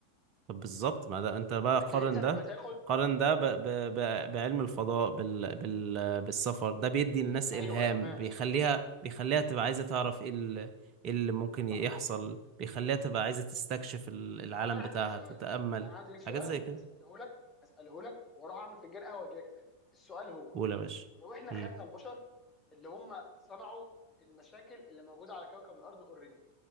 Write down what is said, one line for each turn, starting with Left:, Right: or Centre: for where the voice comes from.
Right: طب بالظبط ما ده انت بقى
Left: لكن
Right: قارن
Left: انت لما
Right: ده
Left: تاخد
Right: قارن ده ب... ب... ب... بعلم الفضاء بال... بال... بالسفر ده بيدي الناس
Left: ايوه
Right: إلهام
Left: تمام
Right: بيخليها بيخليها تبقى عايزة تعرف ايه ال- إيه اللي ممكن
Left: صح
Right: يحصل بيخليها تبقى عايزة تستكشف ال- العالم
Left: طب انا عندي
Right: بتاعها
Left: ليك سؤال
Right: تتأمل
Left: انا عندي ليك سؤال
Right: حاجات زي كده
Left: هساله لك هساله لك واروح اعمل فنجان قهوه واجي لك تاني السؤال هو
Right: قول يا باشا
Left: لو احنا
Right: مم.
Left: خدنا البشر اللي هم صنعوا المشاكل اللي موجوده على كوكب الارض اوريدي